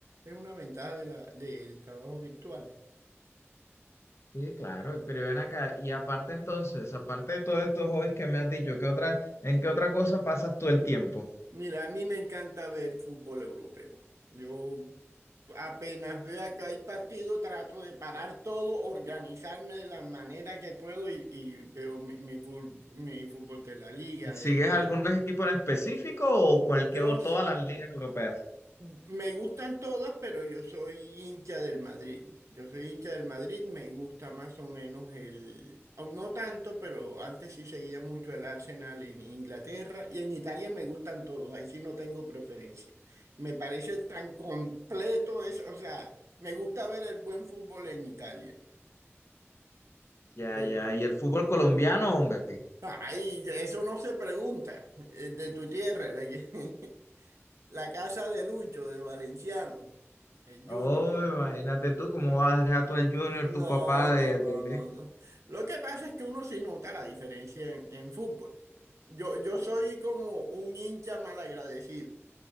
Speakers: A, on the right (about 85°); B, on the left (about 65°).
A: Es una ventaja de la, del trabajo virtual.
B: Sí, claro, pero ven acá. Y aparte entonces, aparte de todos estos hobbies que me has dicho, ¿qué otra, en qué otra cosa pasas tú el tiempo?
A: Mira, a mí me encanta ver fútbol europeo. Yo apenas veo que hay partido, trato de parar todo, organizarme de la manera que puedo y, y veo mi, mi fútbol, mi fútbol de la liga,
B: ¿Sigues
A: de,
B: algún
A: de-
B: equipo en específico o cualquier
A: Yo
B: o todas
A: s-
B: las ligas europeas?
A: me gustan todas, pero yo soy hincha del Madrid. Yo soy hincha del Madrid, me gusta más o menos el, aún no tanto, pero antes sí seguía mucho el Arsenal en Inglaterra y en Italia me gustan todos, ahí sí no tengo preferencia. Me parece tan completo eso, o sea, me gusta ver el buen fútbol en Italia,
B: Ya,
A: pero
B: ya, y el fútbol colombiano, hombre.
A: ay, eso no se pregunta, eh, de tu tierra, la, que- <laughs> la casa de Lucho, de Valenciano, el
B: Hombre,
A: Junior.
B: imagínate tú cómo vas a dejar tú el junior,
A: No,
B: tu papá de,
A: no,
B: de,
A: no,
B: de-
A: no, no. Lo que pasa es que uno sí nota la diferencia en, en fútbol. Yo, yo soy como un hincha malagradecido